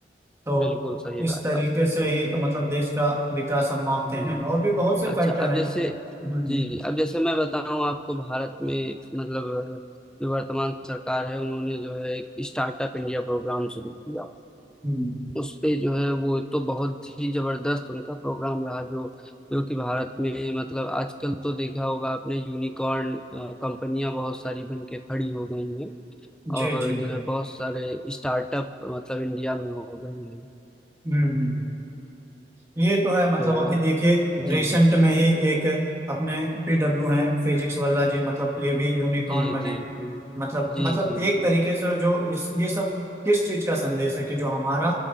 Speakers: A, on the right; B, in the centre.
A: तो
B: बिल्कुल सही
A: इस
B: बात
A: तरीके
B: आप कह
A: से
B: रहे हैं
A: ही तो मतलब देश का विकास हम मापते
B: हम्म,
A: हैं और भी बहुत से
B: अच्छा
A: फैक्टर
B: अब
A: हैं
B: जैसे
A: हम्म
B: जी जी अब जैसे मैं बताऊं आपको भारत में मतलब जो वर्तमान सरकार है उन्होंने जो है एक स्टार्टअप इंडिया प्रोग्राम शुरू किया
A: हम्म,
B: उस पे जो है वो तो बहुत ही जबरदस्त उनका प्रोग्राम रहा जो जो कि भारत में मतलब आजकल तो देखा होगा आपने यूनिकॉर्न कंपनियां बहुत सारी बन के खड़ी हो गई हैं
A: जी
B: और
A: जी
B: जो है बहुत सारे स्टार्टअप मतलब इंडिया में हो गए हैं
A: हम्म हम्म। ये तो है मतलब
B: तो
A: अभी देखिए
B: जी
A: रिसेंट
B: जी
A: में ही एक अपने पीडब्ल्यू हैं फिजिक्स वाला जी मतलब ये भी यूनिकॉर्न
B: जी
A: बने
B: जी जी
A: मतलब
B: जी
A: मतलब
B: जी
A: एक
B: जी
A: तरीके से जो इस ये सब किस चीज का संदेश है कि जो हमारा